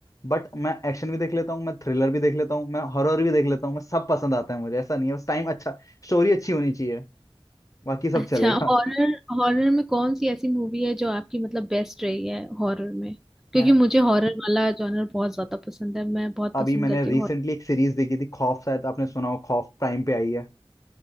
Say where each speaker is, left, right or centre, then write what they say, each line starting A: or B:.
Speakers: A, on the left; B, in the centre.
A: बट मैं एक्शन भी देख लेता हूँ मैं थ्रिलर भी देख लेता हूँ मैं हॉरर भी देख लेता हूँ मैं सब पसंद आता है मुझे ऐसा नहीं है बस टाइम अच्छा स्टोरी अच्छी होनी चाहिए बाकी सब
B: अच्छा
A: चलेगा
B: हॉरर हॉरर में कौन सी ऐसी मूवी है जो आपकी मतलब बेस्ट रही है हॉरर में क्योंकि
A: मैंने
B: मुझे हॉरर वाला जॉनर बहुत ज्यादा पसंद है मैं बहुत
A: अभी
B: पसंद
A: मैंने
B: करती
A: रिसेंटली
B: हूँ हॉरर
A: एक सीरीज देखी थी खौफ शायद आपने सुना हो खौफ प्राइम पे आई है